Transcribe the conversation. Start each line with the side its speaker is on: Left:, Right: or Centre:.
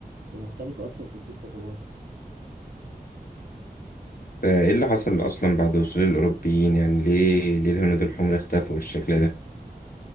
Right: ومختلفة أصلا في أسلوب تطورها
Left: فإيه اللي حصل أصلا بعد وصول الأوروبيين يعني ليه ليه الهنود الحمر اختفوا بالشكل ده؟